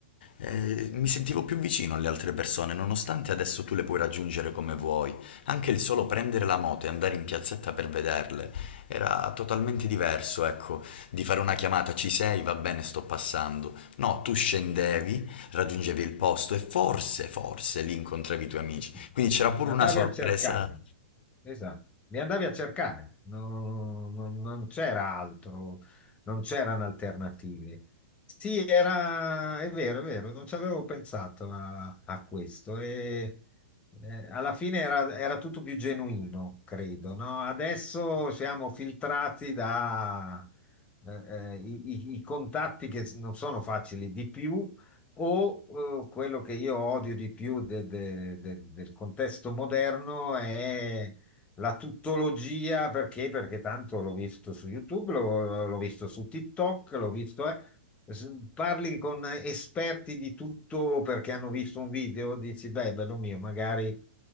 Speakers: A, on the left; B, on the left.
A: Eh, mi sentivo più vicino alle altre persone, nonostante adesso tu le puoi raggiungere come vuoi, anche il solo prendere la moto e andare in piazzetta per vederle era totalmente diverso, ecco, di fare una chiamata ci sei, va bene, sto passando. No, tu scendevi, raggiungevi il posto e forse, forse lì incontravi i tuoi amici.
B: Eh sì.
A: Quindi c'era pure
B: Andavi
A: una sorpresa.
B: a cercare, esatto, li andavi a cercare, non, non- non c'era altro, non c'erano alternative. Sì, era, è vero, è vero, non ci avevo pensato a, a questo e eh, alla fine era, era tutto più genuino, credo, no? Adesso siamo filtrati da eh, eh, i, i- i contatti che non sono facili di più o eh, quello che io odio di più de- de- de- del contesto moderno è la tuttologia, perché? Perché tanto l'ho visto su YouTube, l'ho l'ho visto su TikTok, l'ho visto... eh, s- Parli con esperti di tutto perché hanno visto un video, dici, beh, bello mio, magari